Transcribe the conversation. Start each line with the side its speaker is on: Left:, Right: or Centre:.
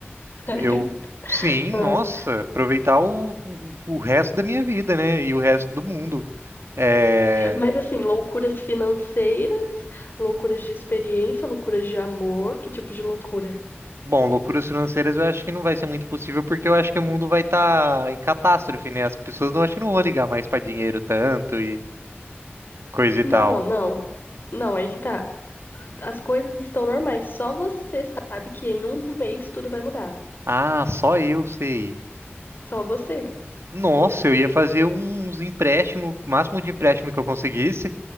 Left: <laughs> Sério?
Right: Eu, sim,
Left: Ah,
Right: nossa, aproveitar o, o o resto da minha vida, né? E o resto do mundo. É...
Left: Mas assim, loucuras financeiras, loucuras de experiência, loucuras de amor, que tipo de loucura?
Right: Bom, loucuras financeiras eu acho que não vai ser muito possível, porque eu acho que o mundo vai estar em catástrofe, né? As pessoas não acho que não vão ligar mais pra dinheiro tanto e coisa e
Left: Não,
Right: tal.
Left: não. Não, aí que tá. As coisas estão normais. Só você sabe que em um mês tudo vai mudar.
Right: Ah, só eu sei.
Left: Só você.
Right: Nossa, eu ia fazer uns empréstimos, máximo de empréstimo que eu conseguisse,